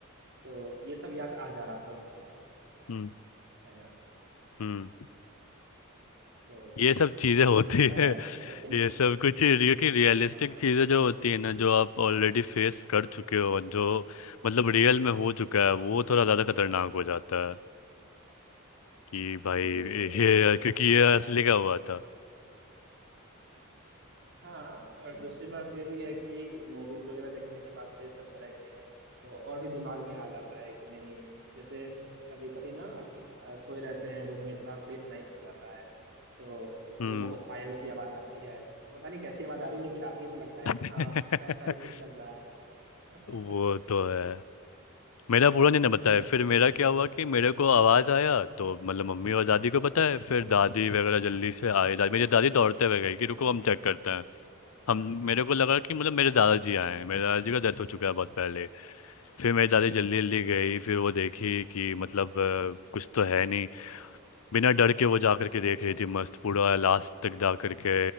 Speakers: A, on the right; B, on the left.
A: तो ये सब याद आ जा रहा था उस टाइम पे
B: हम्म, हम्म।
A: है ना
B: हम्म।
A: तो
B: ये सब चीजें
A: ये
B: होती
A: सब होता
B: है
A: है
B: <laughs>
A: लेकिन
B: ये सब कुछ रिय- कि रियलिस्टिक
A: हाँ
B: चीजें जो होती है ना जो आप ऑलरेडी फेस कर चुके हो जो मतलब रियल में हो चुका है वो थोड़ा ज्यादा खतरनाक हो जाता है कि भाई
A: बिल्कुल
B: ये क्योंकि ये
A: और
B: असली का हुआ था
A: हाँ और दूसरी बात ये भी है कि मूवीज वगैरह देखने के बाद से सब तरह के तो और भी दिमाग में आ जाता है कि नहीं जैसे कभी कभी ना अक- अ, सोए रहते हैं रूम में थोड़ा लेट नाइट हो जाता है तो थोड़ी
B: हम्म
A: बहुत पायल की आवाज आती है अब पता नहीं कैसी आवाज आ रही है लेकिन आती है तो लगता है
B: <laughs>
A: कि हाँ ऐसा ही कुछ चल रहा है
B: वो
A: <laughs>
B: तो है मेरा पूरा नहीं ना बताया
A: हाँ,
B: फिर मेरा क्या हुआ कि मेरे को आवाज़ आया तो मतलब मम्मी और दादी को बताया फिर दादी वगैरह जल्दी से आए दादी मेरी दादी दौड़ते हुए गई कि रुको हम चेक करते हैं हम मेरे को लगा कि मतलब मेरे दादाजी आए हैं मेरे दादाजी का डेथ हो चुका है बहुत पहले फिर मेरी दादी जल्दी जल्दी गई फिर वो देखी कि मतलब अ, कुछ तो है नहीं बिना डर के वो जा करके देख रही थी मस्त पूरा लास्ट तक जा करके